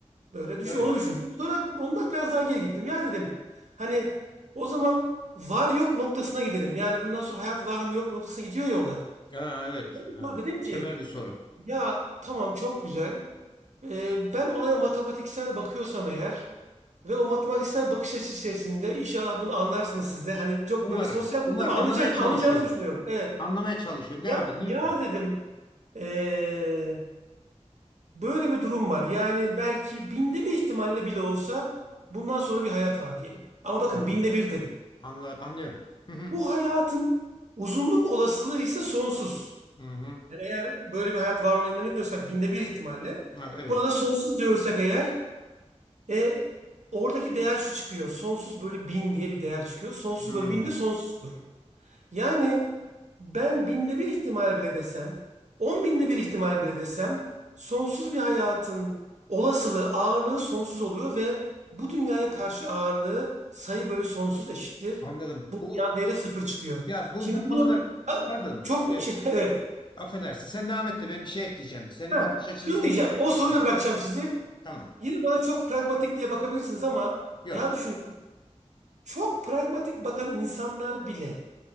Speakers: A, on the right; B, on the left.
A: Böyle düşün,
B: Evet.
A: onu düşündüm. Sonra ondan biraz daha geri gittim. Ya dedim hani o zaman var yok noktasına gidelim. Yani bundan sonra hayat var mı yok mu noktasına gidiyor ya olay.
B: Ha, evet.
A: Ben de
B: Yani
A: Sonra dedim ki
B: temel bir soru.
A: ya tamam çok güzel. Ee, ben olaya matematiksel bakıyorsam eğer ve o matematiksel bakış açısı içerisinde inşallah bunu anlarsınız siz de. Hani çok
B: Umarım.
A: böyle sosyal boyutu
B: Umar
A: ama
B: anlamaya
A: anlayacaksınız,
B: çalışıyorum.
A: anlayacağınızı düşünüyorum. Evet.
B: Anlamaya çalışıyorum. Devam
A: Ya,
B: edin lütfen.
A: ya dedim ee, Böyle bir durum var. Yani belki binde bir ihtimalle bile olsa bundan sonra bir hayat var diyelim. Ama bakın
B: Hı hı.
A: binde bir dedim.
B: Anla, anlıyorum. Hı hı.
A: Bu hayatın uzunluk olasılığı ise sonsuz.
B: Hı hı.
A: Yani eğer böyle bir hayat var olduğuna inanıyorsak binde bir ihtimalle.
B: Ha, evet.
A: Buna da sonsuz diyorsak eğer e, oradaki değer şu çıkıyor. Sonsuz bölü bin diye bir değer çıkıyor. Sonsuz
B: Hı.
A: bölü bin de sonsuzdur. Yani ben binde bir ihtimal bile desem, on binde bir ihtimal bile desem, sonsuz bir hayatın olasılığı, ağırlığı sonsuz oluyor ve bu dünyaya karşı ağırlığı sayı bölü sonsuz eşittir.
B: Anladım. Bu
A: Yan değeri sıfır çıkıyor.
B: ya bu
A: Şimdi
B: bu
A: bunu
B: konuda
A: Ha,
B: pardon.
A: çok
B: e,
A: şey, <laughs> evet.
B: affedersin. Sen devam et de ben bir şey ekleyeceğim. Senin
A: Ha,
B: bakış açını
A: şunu
B: seni
A: diyeceğim.
B: destekleyecek.
A: O soruyla bırakacağım sizi.
B: Tamam.
A: Yine bana çok pragmatik diye bakabilirsiniz ama
B: Yok.
A: ya düşün Çok pragmatik bakan insanlar bile